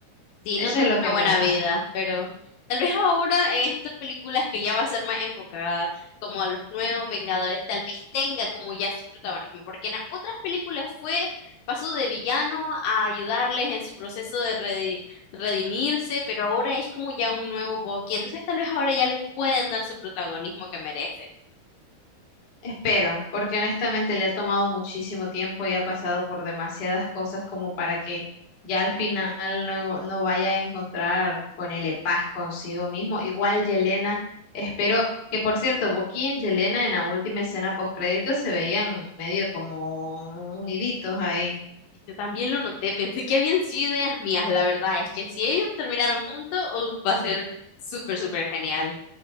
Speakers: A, on the left; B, on the left.
A: Sí,
B: Eso
A: no tuvo
B: es lo que
A: una
B: me
A: buena
B: da.
A: vida, pero tal vez ahora en estas películas que ya va a ser más enfocada como a los nuevos Vengadores, tal vez tenga como ya su protagonismo, porque en las otras películas fue paso de villano a ayudarles en su proceso de redi- redimirse, pero ahora es como ya un nuevo Bucky, entonces tal vez ahora ya le pueden dar su protagonismo que merece.
B: Espero, porque honestamente le ha tomado muchísimo tiempo y ha pasado por demasiadas cosas como para que ya al final no, no vaya a encontrar, ponele paz consigo mismo. Igual Yelena, espero que por cierto, Boqui y Yelena en la última escena postcrédito se veían medio como uniditos ahí.
A: Yo también lo noté, pensé que habían sido ideas mías, la verdad es que si ellos terminaron juntos, uf, va a ser súper, súper genial.